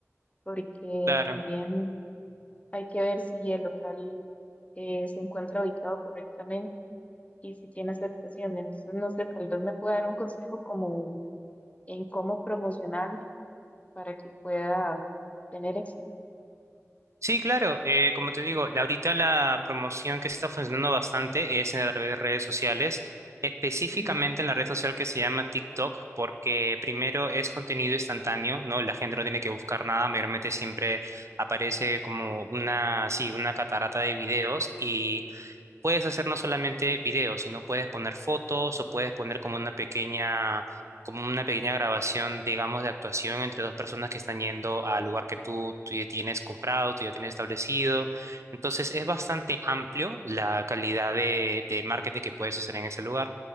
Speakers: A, on the left (about 25°); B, on the right (about 65°).
A: porque
B: Claro.
A: también hay que ver si el local eh, se encuentra ubicado correctamente y si tiene aceptación. Entonces, no sé, tal vez me pueda dar un consejo como en cómo promocionar para que pueda tener éxito.
B: Sí, claro. eh, como te digo, la- ahorita la promoción que está funcionando bastante es a través de redes sociales, específicamente
A: Ujú.
B: en la red social que se llama TikTok, porque primero es contenido instantáneo, ¿no? La gente no tiene que buscar nada, mayormente siempre aparece como una, sí, una catarata de videos puedes hacer no solamente videos, sino puedes poner fotos o puedes poner como una pequeña, como una pequeña grabación, digamos, de actuación entre dos personas que están yendo al lugar que tú, tú ya tienes comprado, tú ya tienes establecido. Entonces es bastante amplio la calidad de, de marketing que puedes hacer en ese lugar.